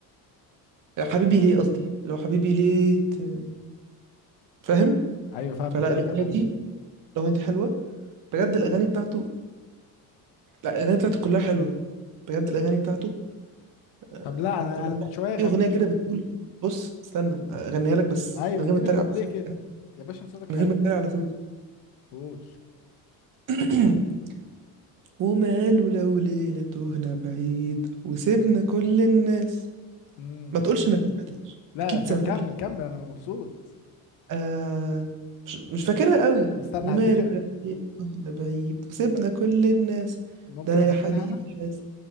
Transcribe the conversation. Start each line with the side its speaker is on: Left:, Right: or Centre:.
Right: آه، حبيبي ليه قصدي لو حبيبي ليه ت- فاهم
Left: ايوه فاهمك
Right: فلا
Left: وايه
Right: الاغنية
Left: كمان
Right: دي الاغنية دي حلوة بجد الاغاني بتاعته لا الاغاني بتاعته كلها حلوة بجد الاغاني بتاعته آه،
Left: طب لا انا
Right: كلها
Left: انا من
Right: تحفة.
Left: شويه غنيت
Right: في اغنيه كده
Left: لك-
Right: بتقول بص استنى اغنيها لك بس
Left: ايوه
Right: من
Left: اديني
Right: غير ما اتريق
Left: كوبليه
Right: على صوتي،
Left: كده
Right: ها؟
Left: يا باشا أنا صوتك
Right: من
Left: حلو
Right: غير ما اتريق على صوتي
Left: قول
Right: <clears throat> وماله لو ليله تهنا بعيد وسيبنا كل الناس
Left: امم
Right: ما تقولش انك ما سمعتهاش
Left: لا
Right: اكيد
Left: لا، طب
Right: سمعتها
Left: كمل
Right: قبل كده.
Left: كمل انا مبسوط
Right: آه مش مش فاكرها قوي
Left: طب استنى
Right: وماله
Left: هديك
Right: لو ليله تهنا بعيد وسيبنا كل الناس
Left: ممكن
Right: ده انا
Left: اكملها
Right: يا حبيبي
Left: انا
Right: حاسس